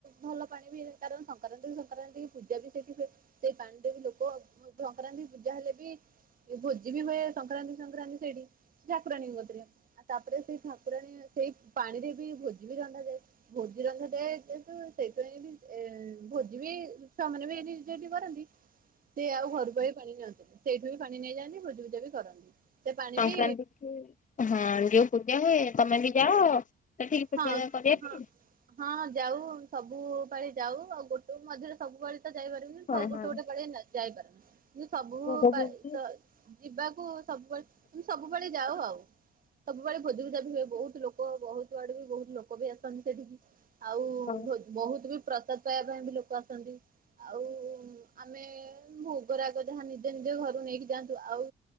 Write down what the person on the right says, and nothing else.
ଭଲ ପାଣି ବି କାରଣ ସଂକ୍ରାନ୍ତି ସଂକ୍ରାନ୍ତି ପୂଜା ବି ସେଇଠି ହୁଏ। ସେଇ ପାଣିରେ ବି ଲୋକ ସଂକ୍ରାନ୍ତି ପୂଜା ହେଲେ। ଭୋଜି ବି ହୁଏ ସଂକ୍ରାନ୍ତି ସଂକ୍ରାନ୍ତି ସେଇଠି ସେ ଠାକୁରାଣୀଙ୍କ କତିରେ। ଆଉ ତାପରେ ସେଇ ଠାକୁରାଣୀ ସେଇ ପାଣିରେ ବି ଭୋଜି ବି ରନ୍ଧାଯାଏ। ଭୋଜି ରନ୍ଧାଯାଏ ଯେହେତୁ ସେଇଥିପାଇଁ ବି ଏ ଭୋଜି ବି ଛୁଆମାନେ ବି ଏଠି ଯଠି କରନ୍ତି
ସେ ଆଉ ଘରକୁ ପାଣି ନିଅନ୍ତିନି ସେଇଠୁ ବି ପାଣି ନେଇଯାଆନ୍ତି ଭୋଜି ଭୋଜା ବି କରନ୍ତି। ସେ ପାଣି
ବି
ହଁ
ହଁ ହଁ ଯାଉ ସବୁବେଳେ ଯାଉ ଆଉ ଗୋଟେ ମଧ୍ୟରେ ସବୁପାଳି ତ ଯାଇପାରିବୁନି
ଗୋଟେ
ଗୋଟେ ପାଳି ଯାଇପାରୁନି କି ସବୁ
ପାଳି
ତ ଯିବାକୁ ସବୁବେଳେ ତମେ ସବୁବେଳେ ଯାଉ ଆଉ ସବୁବେଳେ ଭୋଜିଭୁଜା ବି ହୁଏ। ବହୁତ ଲୋକ ଲୋକ ବହୁତ ଆଡେ ବି ବହୁତ ଲୋକ ବି ଆସନ୍ତି ସେଠିକି ଆଉ
ଭୋଜ ବହୁତ ବି ପ୍ରସାଦ ପାଇବା ପାଇଁ ବି ଲୋକ ଆସନ୍ତି। ଆଉ ଆମେ ଭୋଗରାଗ ଯାହା ନିଜେ ନିଜେ ଘରୁ ନେଇକି ଯାଆନ୍ତି ଆଉ